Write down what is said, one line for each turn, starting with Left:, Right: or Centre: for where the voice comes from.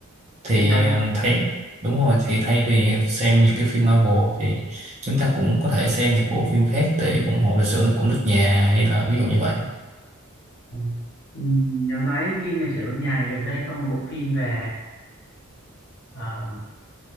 Right: thì
Left: phim tám
Right: um, thay đúng rồi thì thay vì xem những cái phim Marvel thì chúng ta cũng có thể xem những bộ phim khác để ủng hộ lịch sử của nước nhà hay là ví dụ như vậy
Left: ừ. Ừ, nếu nói phim lịch sử nước nhà gần đây có một bộ phim về ờ,